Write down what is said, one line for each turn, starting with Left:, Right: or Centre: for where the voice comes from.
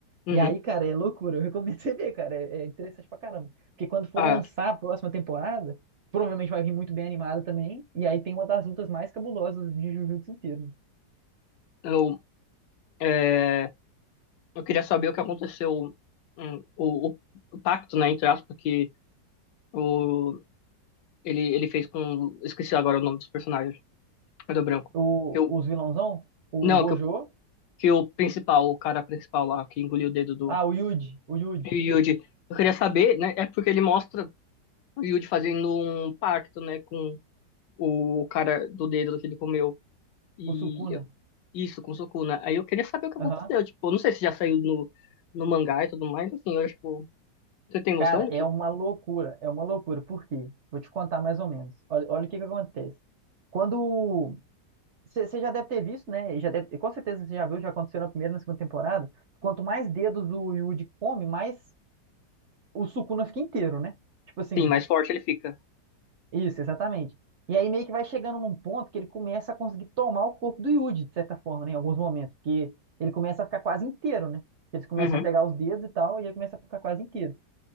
Left: Uhum.
Right: E aí, cara, é loucura. Eu recomendo você ver, cara. É, é interessante pra caramba. Porque quando for
Left: Ah,
Right: lançar a próxima temporada, provavelmente vai vir muito bem animada também. E aí tem uma das lutas mais cabulosas de Jujutsu inteiro. né?
Left: eu, é, eu queria saber o que aconteceu, hum, o, o, o pacto, né, entre aspas, que o, ele, ele fez com. Esqueci agora o nome dos personagens. Cadê o branco?
Right: O,
Left: Que o,
Right: os vilãozão, o,
Left: não,
Right: o Gojo,
Left: que, o- que o principal, o cara principal lá, que engoliu o dedo do
Right: ah, o Yuji, o Yuji,
Left: Yuji. Eu queria saber, né? É porque ele mostra o Yuji fazendo um pacto, né, com o cara do dedo que ele comeu. E
Right: o Sukuna.
Left: Isso, com Sukuna. Aí eu queria saber o que aconteceu.
Right: Aham.
Left: Tipo, eu não sei se já saiu no, no mangá e tudo mais. Assim, eu, tipo, você tem
Right: Cara,
Left: noção do
Right: é
Left: que?
Right: uma loucura, é uma loucura. Por quê? Vou te contar mais ou menos. Olha, olha o que que acontece. Quando você já deve ter visto, né? e Já deve- com certeza você já viu, já aconteceu na primeira e na segunda temporada. Quanto mais dedos o Yuji come, mais o Sukuna fica inteiro, né? Tipo assim,
Left: Sim, mais forte ele fica.
Right: isso, exatamente. E aí meio que vai chegando num ponto que ele começa a conseguir tomar o corpo do Yuji, de certa forma, né? Em alguns momentos, porque ele começa a ficar quase inteiro, né? Eles começam
Left: Uhum.
Right: a pegar os dedos e tal, e ele começa a ficar quase inteiro.